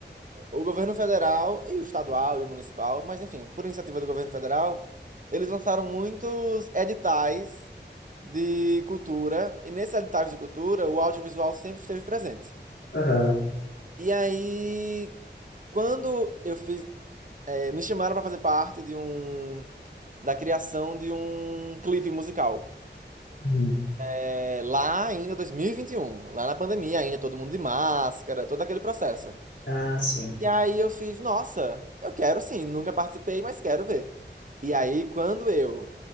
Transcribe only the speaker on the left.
Aham.
Uhum.
Ah, sim.